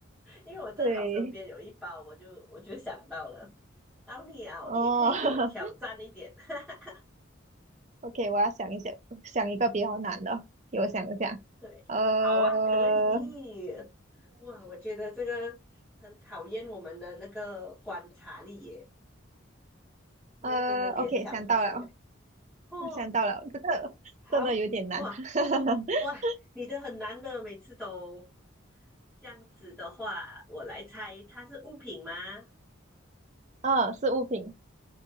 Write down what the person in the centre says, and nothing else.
因为我正好身边有一包，
我就我就想到了，到你啊，
你也可以给我挑战一点。<laughs>
对，
好啊，可以。
哇，我觉得这个很考验我们的那个观察力耶，那真的联想不起来。
哦，
好，哇
哇，你的很难的，每次都。这样子的话，我来猜，它是物品吗？